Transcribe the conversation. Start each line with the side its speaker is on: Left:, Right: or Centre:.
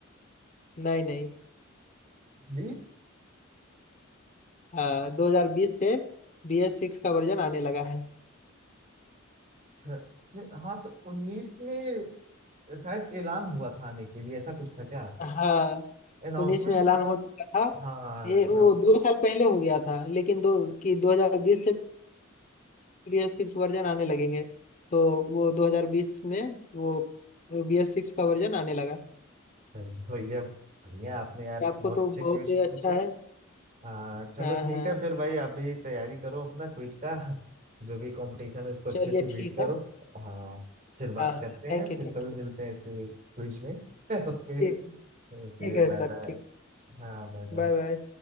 Left: नहीं नहीं
Right: बीस
Left: हाँ 2020 से बी एस सिक्स का वर्जन आने लगा है
Right: छ नहीं, हाँ तो उन्नीस में शायद ऐलान हुआ था आने के लिए ऐसा कुछ था क्या
Left: हाँ
Right: अनाउंसमेंट
Left: पुलिस में ऐलान
Right: जो
Left: हो
Right: था
Left: चुका था
Right: हाँ
Left: ये
Right: अनाउंस
Left: वो दो साल पहले हो गया था लेकिन दो कि 2020 से बीएस सिक्स वर्जन आने लगेंगे तो वो 2020 में वो बीएस सिक्स का वर्जन आने लगा
Right: चल हो गया बढ़िया आपने यार
Left: आपको
Right: बहुत
Left: तो
Right: अच्छे
Left: बहुत
Right: क्वेश्चन
Left: ही
Right: पूछे
Left: अच्छा है
Right: हाँ चलो
Left: हाँ
Right: ठीक
Left: हाँ
Right: है फिर भाई अभी तैयारी करो अपना क्विज का जो भी कंपटीशन है उसको
Left: चलिए
Right: अच्छे से बीट
Left: ठीक
Right: करो
Left: है
Right: हाँ फिर
Left: हाँ
Right: बात
Left: हाँ।
Right: करते हैं
Left: थैंक यू
Right: फिर
Left: थैंक
Right: कभी
Left: यू
Right: मिलते हैं ऐसे क्विज में <laughs> ओके
Left: ठीक ठीक
Right: Okay
Left: है
Right: bye
Left: सर
Right: bye
Left: ठीक
Right: हाँ बाय बाय
Left: Bye bye